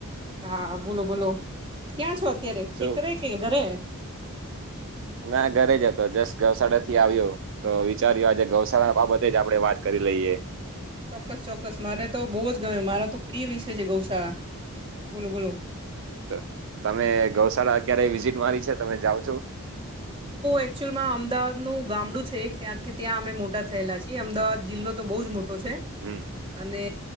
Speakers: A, on the right; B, on the right.
A: હા બોલો બોલો. ક્યાં છો અત્યારે? ખેતરે
B: શું
A: કે ઘરે?
B: ના ઘરે જ હતો. જસ્ટ ગૌશાળાથી આવ્યો. તો વિચાર્યું, આજે ગૌશાળા બાબતે જ આપડે વાત કરી લઈએ.
A: ચોક્કસ ચોક્કસ. મારે તો બહુ જ ગમે. મારો તો પ્રિય વિષય છે ગૌશાળા. બોલો બોલો.
B: ત તમે ગૌશાળા ક્યારે વિઝિટ મારી છે? તમે જાવ છો? <inaudible>
A: એકચુલ માં અમદાવાદનું ગામડું છે એક ત્યાંથી ત્યાં અમે મોટા થયેલા છીએ અમદાવાદ જિલ્લો તો બહુ જ મોટો ટુ છે
B: હમ
A: અને